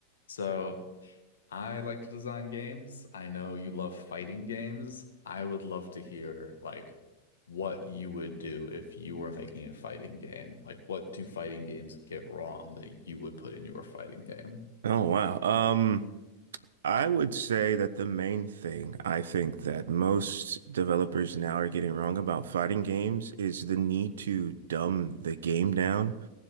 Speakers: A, on the left; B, on the right.
A: So I like to design games. I know you love fighting games. I would love to hear like what you would do if you were making a fighting game. Like what do fighting games get wrong that you would put in your fighting game?
B: Oh wow. Um, I would say that the main thing I think that most developers now are getting wrong about fighting games is the need to dumb the game down